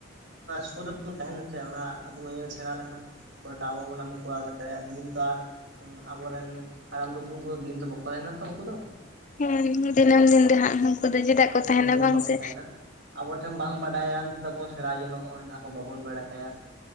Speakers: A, on the right; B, on the left.
A: ᱥᱩᱨ ᱨᱮᱵᱚᱱ ᱛᱟᱦᱮᱱᱟ ᱥᱮ ᱚᱱᱟ ᱟᱵᱚ ᱵᱚᱱ ᱧᱮᱞ ᱥᱮᱬᱟ ᱞᱮᱠᱷᱟᱱ ᱯᱟᱨᱮ ᱛᱮ ᱟᱵᱟ ᱵᱟᱱ ᱚᱱᱟ ᱵᱚᱱ ᱠᱚᱨᱟᱣ ᱫᱟᱲᱮᱜᱼᱟ᱾ ᱫᱤᱱ ᱫᱚ ᱟᱨ ᱟᱵᱚᱨᱮᱱ ᱦᱟᱲᱟᱢ ᱫᱩᱯᱲᱩᱢ ᱠᱚᱫᱟ ᱫᱤᱱ ᱫᱚ ᱵᱟᱠᱚ ᱛᱟᱦᱮᱱᱟ ᱛᱚ ᱩᱱᱠᱩ ᱫᱚ
B: ᱦᱩᱸ ᱫᱤᱱᱟᱹᱢ ᱫᱤᱱ ᱫᱚ ᱦᱟᱸᱜ ᱦᱟᱸᱠᱩ ᱫᱚ ᱪᱮᱫᱟᱜ ᱠᱚ ᱛᱟᱦᱮᱱᱟ
A: ᱫᱤᱱᱟᱹᱢ ᱫᱤᱱ
B: ᱵᱟᱝ
A: ᱵᱟᱠᱚ
B: ᱥᱮ
A: ᱛᱟᱦᱮᱱᱟ ᱟᱵᱚ ᱴᱷᱮᱱ ᱵᱟᱝ ᱵᱟᱰᱟᱭᱟᱱ ᱛᱟᱵᱚᱱ ᱥᱮᱬᱟ ᱡᱮᱱᱚᱜᱼᱟ ᱡᱟᱦᱟᱸ ᱠᱚ ᱵᱟᱵᱚᱱ ᱵᱟᱲᱟᱭᱟ